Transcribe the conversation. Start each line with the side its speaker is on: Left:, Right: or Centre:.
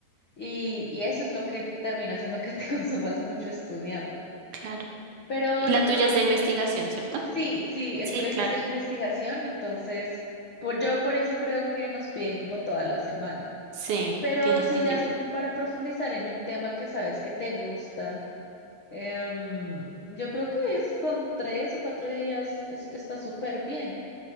Left: y, y eso es lo que termina haciendo que te <laughs> consumas mucho estudiando.
Right: Claro.
Left: Pero
Right: Y
Left: yo
Right: la
Left: creo
Right: tuya
Left: que
Right: es de investigación, ¿cierto?
Left: sí, sí, es
Right: Sí,
Left: preciso
Right: claro.
Left: de investigación, entonces por, yo por eso creo que nos piden como toda la semana.
Right: Sí,
Left: Pero
Right: tiene sentido.
Left: si ya es como para profundizar en un tema que sabes que te gusta, em, yo creo que es con tres o cuatro días es- está súper bien.